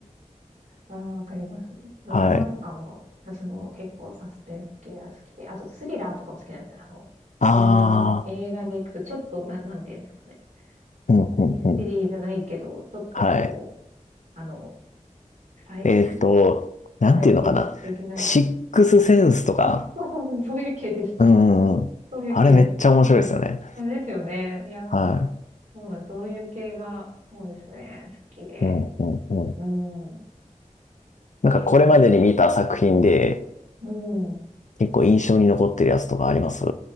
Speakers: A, on the right; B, on the left.
A: ああ、わかります。ドラマとかも、
B: はい。
A: 私も結構サスペンス系が好きで、あとスリラーとかも好きなんですね。あの、
B: ああ、
A: 映画の、映画で行くと、ちょっとな、なんていうんですかね。
B: うんうんうん。
A: ミステリーじゃないけど、ちょっとこう、
B: はい。
A: あの、サイ、
B: えっと、
A: <laughs>
B: なんていうのかな。
A: サイコ的なやつ。
B: シックスセンスとか。
A: あ、そうそうそう、そういう系です。
B: うんうんうん。
A: そういう系です。
B: あれめっちゃ面白いですよね。
A: はい。いやですよね。いやー、
B: は
A: そうなんです。そういう系が、そうですね。好きで。
B: い。うんうんうん。
A: うん。
B: なんかこれまでに見た作品で
A: 結構見るね。うん。
B: 結構印象に残ってるやつとかあります